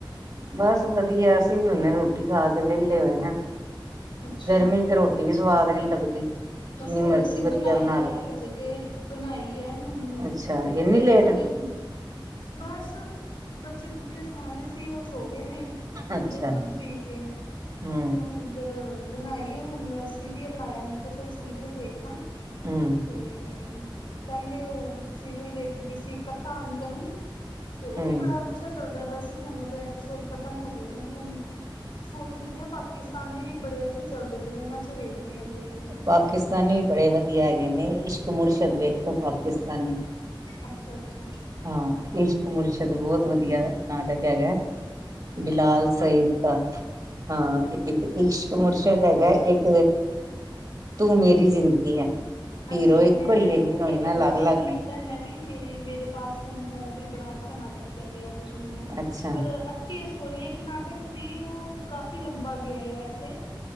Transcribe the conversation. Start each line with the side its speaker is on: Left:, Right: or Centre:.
Right: ਬਸ ਵਧੀਆ ਅਸੀਂ ਵੀ ਹੁਨੇ ਰੋਟੀ ਖਾ ਕੇ ਵਿਹਲੇ ਹੋਏ ਆ।
Left: ਅੱਛਾ
Right: ਗਰਮੀ ਚ ਤੇ ਰੋਟੀ ਵੀ ਸਵਾਦ ਨਈ ਲੱਗਦੀ।
Left: ਬਸ
Right: ਜਿੰਨੀ
Left: ਹਜੇ
Right: ਮਰਜ਼ੀ
Left: ਅਸੀਂ
Right: ਵਧੀਆ
Left: ਬਣਾਈ
Right: ਬਣਾ
Left: ਏ
Right: ਲੋ।
Left: ਹਜੇ ਤੇ ਬਣਾਈ ਏ ਹੁਣ
Right: ਅੱਛਾ, ਇੰਨੀ
Left: ਦੇਖਾਂਗੇ
Right: ਲੇਟ
Left: ਮ ਬਸ, ਬੱਚੇ ਬੁੱਚੇ ਸੁਵਾਏ ਸੀ ਉਸ ਸੋ ਗਏ ਨੇ
Right: ਅੱਛਾ
Left: ਦੁੱਧ ਦੁੱਧ ਪੀ ਕੇ,
Right: ਹੂੰ,
Left: ਤੇ ਹੁਣ ਫੇਰ ਬਣਾਈ ਏ, ਹੁਣ ਸੀਰੀਅਲ ਲਾਇਆ ਮੈਂ ਕਿਆ ਚਲ ਸੀਰੀਅਲ ਵੇਖਾਂ
Right: ਹੂੰ,
Left: ਤੇ ਪਹਿਲੇ ਉਹ ਸੀਰੀਅਲ ਵੇਖਦੀ ਪਈ ਸੀ ਕਥਾ ਅਨ ਕਹੀ ਤੇ ਉਹ
Right: ਹੂੰ।
Left: ਵੀ ਬੜਾ ਅੱਛਾ ਚੱਲਦਾ ਪਿਆ ਸੀ, ਹੁਣ ਉਹਦੇ ਐਪੀਸੋਡ ਖਤਮ ਹੋ ਗਏ ਨੇ ਹੁਣ ਸੋਚਦੀ ਪਈ ਆ ਪਾਕਿਸਤਾਨੀ ਵੀ ਬੜੇ ਅੱਛੇ ਚੱਲਦੇ ਪਏ ਨੇ ਉਹਨਾਂ ਚੋ ਵੇਖਦੀ ਆ ਕੋਈ।
Right: ਪਾਕਿਸਤਾਨੀ ਵੀ ਬੜੇ ਵਧੀਆ ਹੈਗੇ ਨੇ, ਇਸ਼ਕ ਮੁਰਸ਼ਦ ਵੇਖੋ ਪਾਕਿਸਤਾਨੀ।
Left: ਅੱਛਾ-ਅੱਛਾ
Right: ਹਾਂ ਇਸ਼ਕ ਮੁਰਸ਼ਦ ਬਹੁਤ ਵਧੀਆ ਨਾਟਕ ਹੈਗਾ।
Left: ਅੱਛਾ-ਅੱਛਾ
Right: ਬਿਲਾਲ ਸਈਦ ਦਾ ਹਾਂ, ਇੱਕ
Left: ਅੱਛਾ-ਅੱਛਾ
Right: ਇਸ਼ਕ ਮੁਰਸ਼ਦ ਹੈਗਾ, ਇੱਕ ਤੇ ਤੂੰ ਮੇਰੀ ਜ਼ਿੰਦਗੀ ਹੈ।
Left: ਅੱਛਾ
Right: ਹੀਰੋ ਇੱਕੋ
Left: ਮੈਂ
Right: ਹੀ ਹੈ ਹੀਰੋਇਨਾਂ
Left: ਇੱਕ ਅੱਧਾ
Right: ਅਲੱਗ
Left: ਦੇਖ
Right: ਅਲੱਗ
Left: ਲਿੱਤਾ,
Right: ਨੇ
Left: ਮੈਂ ਵੀ ਮੇਰੀ ਮੇਰੇ ਪਾਸ ਤਮ ਹੋ, ਉਹ ਵੀ ਬੜਾ ਅੱਛਾ ਨਾਟਕ ਲੱਗਿਆ ਉਹਦੇ ਚ ਮੈਨੂੰ
Right: ਅੱਛਾ
Left: ਪਰ ਅੱਛੀ ਸਟੋਰੀ, ਇੱਕ ਨਾਟਕ ਸੀ ਉਹ ਕਾਫ਼ੀ ਲੰਬਾ ਗਿਆ ਐ ਵੈਸੇ